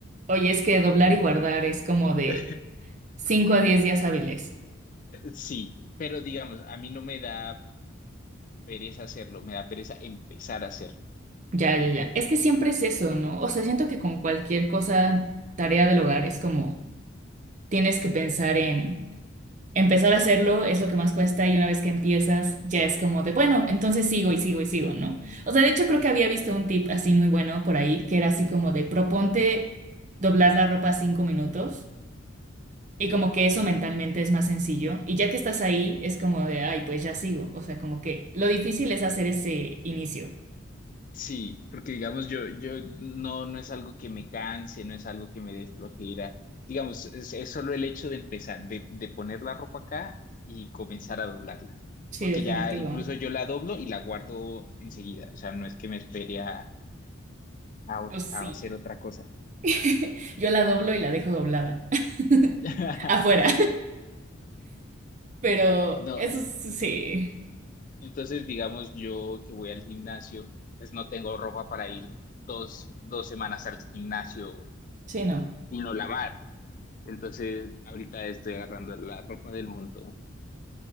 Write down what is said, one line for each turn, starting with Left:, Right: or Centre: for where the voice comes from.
Right: oye, es que doblar y guardar es como de
Left: <laughs>
Right: 5 a 10 días hábiles.
Left: Sí, pero digamos, a mí no me da pereza hacerlo, me da pereza empezar a hacerlo.
Right: Ya, ya, ya. Es que siempre es eso, ¿no? O sea, siento que con cualquier cosa, tarea del hogar, es como tienes que pensar en Empezar a hacerlo es lo que más cuesta y una vez que empiezas ya es como de, bueno, entonces sigo y sigo y sigo, ¿no? O sea, de hecho creo que había visto un tip así muy bueno por ahí, que era así como de, proponte doblar la ropa cinco minutos y como que eso mentalmente es más sencillo y ya que estás ahí es como de, ay, pues ya sigo, o sea, como que lo difícil es hacer ese inicio.
Left: Sí, porque digamos yo, yo no, no es algo que me canse, no es algo que me dé flojera. Digamos, es, es solo el hecho de empezar, de, de poner la ropa acá y comenzar a doblarla.
Right: Sí,
Left: Porque
Right: definitivo.
Left: ya incluso yo la doblo y la guardo enseguida. O sea, no es que me espere a, a o-
Right: Yo sí.
Left: a hacer otra cosa.
Right: <laughs> Yo la doblo y la dejo doblada. <laughs>
Left: <laughs>
Right: Afuera. Pero
Left: No,
Right: eso sí.
Left: entonces digamos yo que voy al gimnasio, pues no tengo ropa para ir dos, dos semanas al gimnasio
Right: Sí, no.
Left: y no lavar. Entonces ahorita estoy agarrando la ropa del mundo.